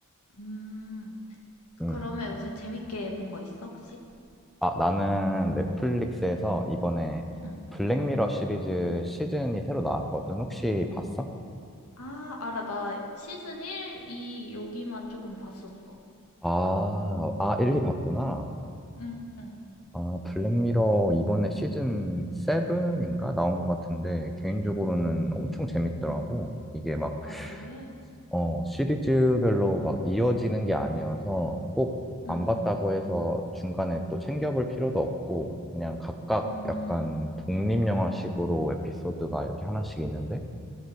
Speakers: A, on the left; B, in the centre.
A: 음,
B: 음.
A: 그러면 요새 재밌게 본 거 있어, 혹시?
B: 아, 나는 넷플릭스에서 이번에
A: 응.
B: 블랙미러 시리즈 시즌이 새로 나왔거든. 혹시 봤어?
A: 아, 알아. 나 시즌 1, 2 여기만 조금 봤었어.
B: 아, 아, 1, 2 봤구나.
A: 응, 응, 응,
B: 아, 블랙미러 이번에 시즌 7인가 나온 것 같은데 개인적으로는
A: 응.
B: 엄청 재밌더라고.
A: 응.
B: 이게 막
A: 아, 그래?
B: 어, 시리즈별로 막 이어지는 게 아니어서 꼭 안
A: 응,
B: 봤다고 해서 중간에 또 챙겨볼 필요도 없고 그냥 각각
A: 음,
B: 약간 독립영화식으로 에피소드가 이렇게 하나씩 있는데